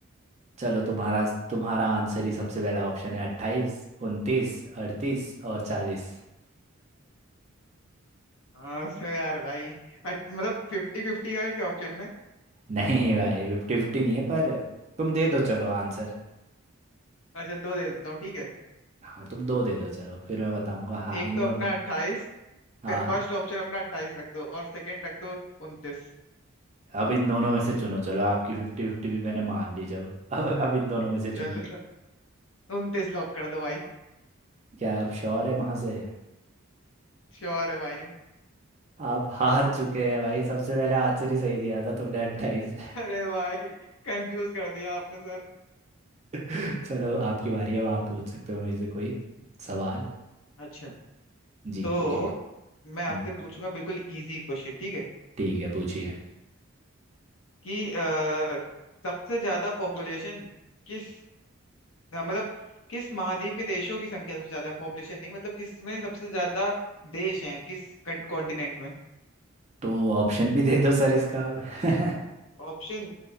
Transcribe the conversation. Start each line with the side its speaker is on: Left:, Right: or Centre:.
Right: चलो तुम्हारा तुम्हारा आंसर ही सबसे पहला ऑप्शन है अट्ठाईस उनतीस अड़तीस और चालीस
Left: हाँ सर यार भाई अट- मतलब फिफ्टी फिफ्टी है क्या ऑप्शन में
Right: नहीं भाई फिफ्टी फिफ्टी नहीं है पर तुम दे दो चलो आंसर
Left: अच्छा दो दे देता हूँ ठीक है
Right: हाँ तुम दो दे दो चलो फिर मैं बताऊंगा हाँ
Left: एक
Right: इन
Left: तो
Right: दोनों
Left: अपना अट्ठाईस
Right: हाँ,
Left: फर्स्ट ऑप्शन अपना अट्ठाईस रख दो और सेकंड रख दो उनतीस
Right: अब इन दोनों में से चुनो चलो आपकी फिफ्टी फिफ्टी भी मैंने मान ली चलो अब अब इन दोनों में से चुनो
Left: चल उनतीस लॉक कर दो भाई
Right: क्या आप श्योर है वहां से
Left: श्योर है भाई
Right: आप हार चुके हैं भाई सबसे पहले आंसर ही सही दिया था तुमने अट्ठाईस
Left: अरे भाई कंफ्यूज कर दिया आपने सर
Right: <laughs> चलो आपकी बारी है, अब आप पूछ सकते हो मेरे से कोई सवाल
Left: अच्छा
Right: जी
Left: तो
Right: पूछिए
Left: मैं आपसे
Right: हम्म,
Left: पूछूंगा बिल्कुल इजी क्वेश्चन ठीक है
Right: ठीक है पूछिए
Left: कि अ, सबसे ज्यादा पॉपुलेशन किस हाँ, मतलब किस महाद्वीप के देशों की संख्या सबसे ज्यादा है पॉपुलेशन नहीं मतलब किस में सबसे ज्यादा देश हैं किस कॉन्टिनेंट में
Right: तो ऑप्शन भी दे दो सर इसका अब। <laughs>
Left: ऑप्शन